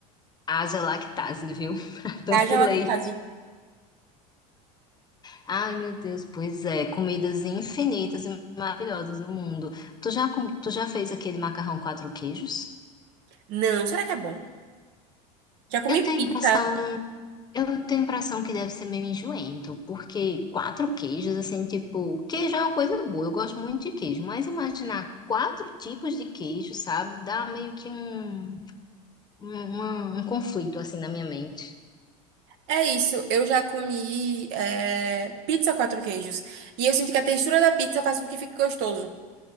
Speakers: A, on the left; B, on the right.
A: Haja lactase, viu? <laughs> Tanto
B: Haja
A: leite.
B: lactase.
A: Ai, meu Deus, pois é. Comidas infinitas e maravilhosas no mundo. Tu já, com- tu já fez aquele macarrão quatro queijos?
B: Não, será que é bom? Já comi
A: Eu
B: pizza.
A: tenho a impressão, eu tenho a impressão que deve ser meio enjoento, porque quatro queijos, assim, tipo, queijo é uma coisa boa, eu gosto muito de queijo, mas imaginar quatro tipos de queijo, sabe? Dá meio que um, um, uma- um conflito, assim, na minha mente.
B: É isso, eu já comi é, pizza quatro queijos. E eu sinto que a textura da pizza faz com que fique gostoso.